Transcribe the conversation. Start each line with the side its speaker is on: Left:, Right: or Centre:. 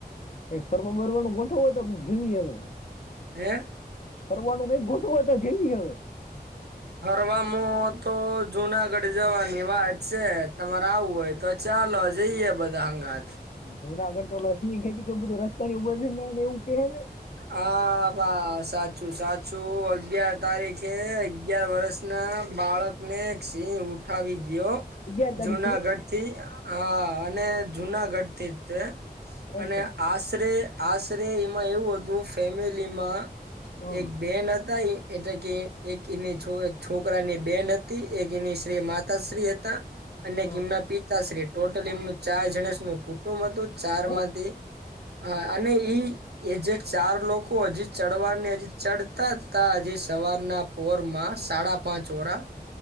Left: કઇક ફરવા બરવાનુ ગોઠવો, તો જીવીએ હવે.
Right: હે...
Left: ફરવાનું કઈક ગોઠવો તો જઈએ હવે.
Right: ફરવામો તો જુનાગડ જવાની વાત શે, તમાર આવું હોય તો ચાલો જઈએ બધા હંગાથ.
Left: જુનાગઢ તો <unintelligible> રસ્તાને એવું બધું <unintelligible> કે એને
Right: હાં બા સાચું સાચું અગ્યાર તારીખે અગ્યાર વરસ ના બાળકને એક સિંહ ઉઠાવી ગ્યો
Left: અગિયાર તારીખે
Right: જુનાગઢ થી હા અને જુનાગઢ થી જ તે
Left: અચ્છા
Right: અને આશરે આશરે એમાં એવું હતું ફેમેલીમાં
Left: હં
Right: એક બેન હતા ઈ એટે કે એક એની છો એક છો છોકરાની બેન અતી એક એની શ્રી માતાશ્રી હતા અને
Left: હં
Right: એક એમના પિતાશ્રી ટોટલ એમનું ચાર જણસનું કુટુંબ હતું ચાર
Left: હં
Right: માંથી હા અને ઈ એ જે ચાર લોકો અજી ચડવાને અજી ચડ તા જ તા અજી સવારના પોર માં સાડા પાંચ હોરા